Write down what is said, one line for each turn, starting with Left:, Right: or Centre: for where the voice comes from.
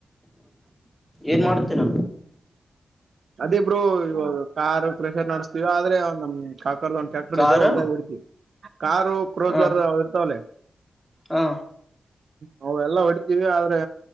Centre: ಏನ್ ಮಾಡತೀರ
Right: ಅದೇ ಬ್ರೋ ಇವಾಗ ಕಾರ್ ಪ್ರೆಷರ್ ನಡ್ಸ್ತೀವಿ ಆದ್ರೆ ನಮ್ ಕಾಕರ್ದುಂಟ ಟ್ರ್ಯಾಕ್ಟರ್
Centre: ಕಾರು
Right: ಇದೆ ಹೊಲ್ದಾಗಿ ಹೊಡ್ತಿವಿ ಕಾರು ಕ್ರೋಸರ್
Centre: ಹಾ
Right: ಅವ್ರ ಇರ್ತಾವಲ್ಲ
Centre: ಹಾ
Right: ನಾವು ಎಲ್ಲ ಹೊಡತಿವಿ ಆದ್ರೆ